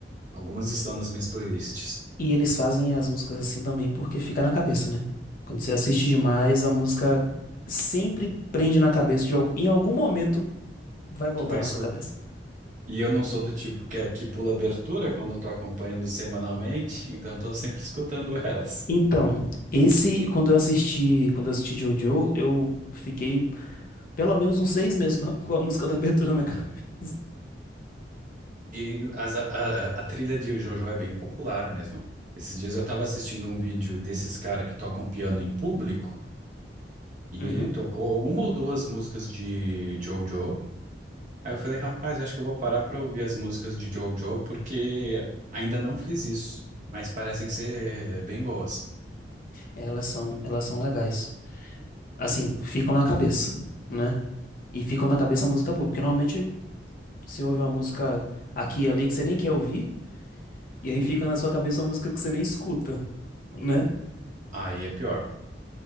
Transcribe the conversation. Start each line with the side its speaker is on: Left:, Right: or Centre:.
Right: algumas estão nas minhas playlists.
Left: E eles fazem as músicas assim também porque fica na cabeça, né? Quando você assiste demais, a música sempre prende na cabeça, de, al- em algum momento vai voltar
Right: Tu vai
Left: na
Right: escutar.
Left: sua cabeça.
Right: E eu não sou do tipo que, é que pula abertura quando eu tô acompanhando semanalmente, então tô sempre escutando <laughs> elas.
Left: Então, esse, quando eu assisti, quando eu assisti Jojo, eu fiquei pelo menos uns seis meses <laughs> com a, com a música da abertura na minha cabeça.
Right: E as- a, a- a trilha de JoJo é bem popular mesmo. Esses dias eu tava assistindo um vídeo desses caras que tocam piano em público, e
Left: Uhum.
Right: ele tocou uma ou duas músicas de JoJo. Aí eu falei, rapaz, eu acho que eu vou parar pra ouvir as músicas de JoJo, porque ainda não fiz isso, mas parecem ser bem boas.
Left: Elas são, elas são legais. Assim, ficam na cabeça, né? E ficam na cabeça a música boa, porque normalmente você ouve uma música aqui e ali que você nem quer ouvir, E aí fica na sua cabeça uma música que você nem escuta, né?
Right: Aí é pior.